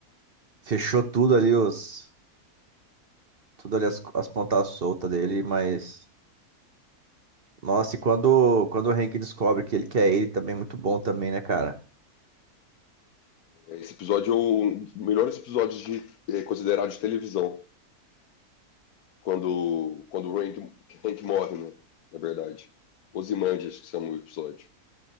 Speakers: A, on the right; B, on the left.
A: fechou tudo ali, os. Tudo ali as, as pontas soltas dele, mas. Nossa, e quando, quando o Hank descobre que ele quer ele também, muito bom também, né, cara?
B: É, Esse episódio é um dos melhores episódios de, é, considerado de televisão, quando, quando o Hank, Hank morre, né? Na verdade. Ozymandias, que são o episódio.